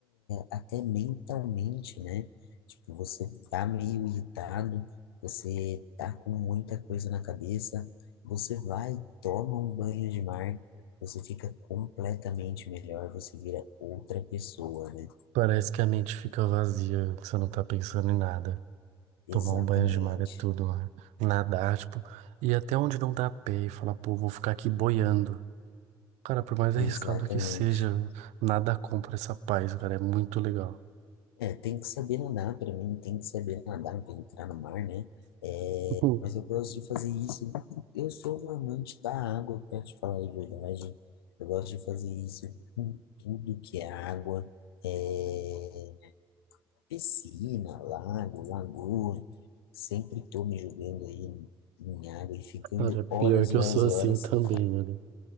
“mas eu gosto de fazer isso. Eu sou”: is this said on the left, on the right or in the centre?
Left